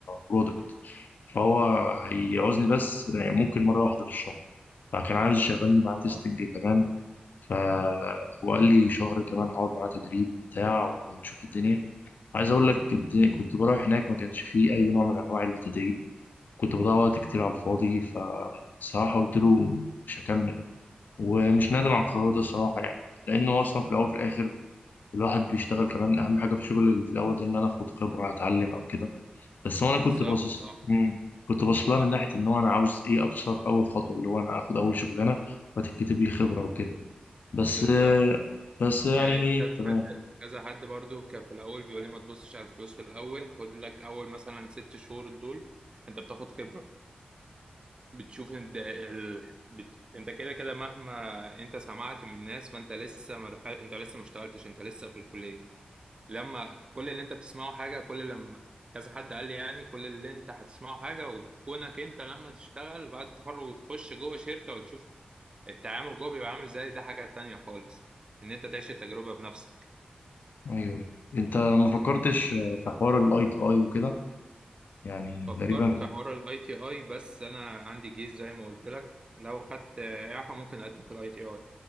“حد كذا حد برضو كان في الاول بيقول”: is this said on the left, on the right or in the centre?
Right